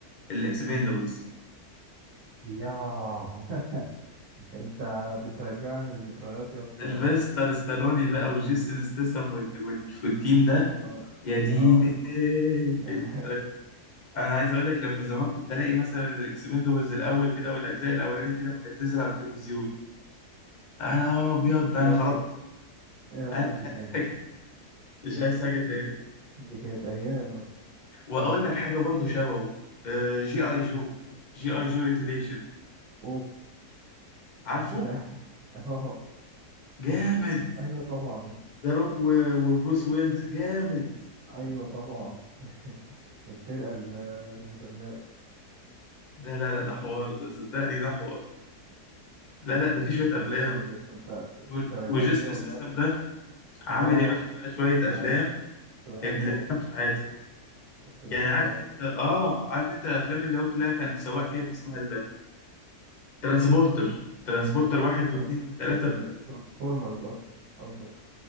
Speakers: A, on the left; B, on the right.
A: الاكسبندبلز
B: ياه <laughs> انت بترجعني لذكريات يا اسطى
A: سيلفستر ستالوني بقى وجيسون ستاثام وال... وال... والتيم ده
B: اه
A: يا ديني
B: اه <laughs>
A: ال- انا عايز اقول لك لما زمان كنت الاقي مثلا الاكسبندبلز الاول كده والاجزاء الاولاني دي لما كانت تنزل على التلفزيون انا يا ابيض ده
B: يا
A: انا
B: اسطى
A: خلاص
B: يا اسطى
A: انا
B: دي
A: مش عايز
B: كانت
A: حاجه مش عايز حاجه تاني
B: دي كانت ايام يا اسطى
A: واقول لك حاجه برضو شبهه آه، جي اي جو جي اي جو ريتيليشن
B: اوف
A: عارفه
B: ده اه
A: جامد
B: ايوه طبعا
A: ذا روك و- وبروس ويلز جامد
B: ايوه طبعا <laughs> الفرقه ال- المدمره
A: ده لا لا ده حوار ده صدقني ده حوار لا لا ده في شويه
B: لا
A: افلام
B: جامد بس انت انت
A: و-
B: رجعتني
A: وجيسون
B: والله
A: ستاثام ده عامل
B: اه
A: يا باشا بقى شويه
B: ده
A: افلام
B: كنت بحبه
A: ابن الافلام
B: اوي
A: مش عاتق
B: كنت بحبه
A: يعني عارف
B: اوي
A: انت اه عارف انت افلام اللي هو كلها كان سواق فيها دي اسمها الترانسبورتر ترانسبورتر واحد
B: اكتر
A: واثنين وثلاثه
B: الترانسفورمرز اصلا قصدك